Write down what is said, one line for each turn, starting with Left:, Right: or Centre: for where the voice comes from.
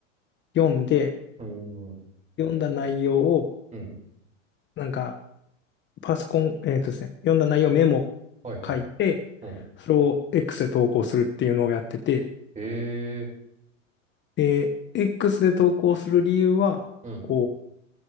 Left: 読んで、
Right: うーん。
Left: 読んだ内容を、
Right: うん。
Left: なんか、パソコン、えっとですね、読んだ内容メモ書いて、
Right: はいはい。うん。
Left: それを X で投稿するっていうのをやってて、
Right: へえ。
Left: で、X で投稿する理由は、
Right: うん。
Left: こう、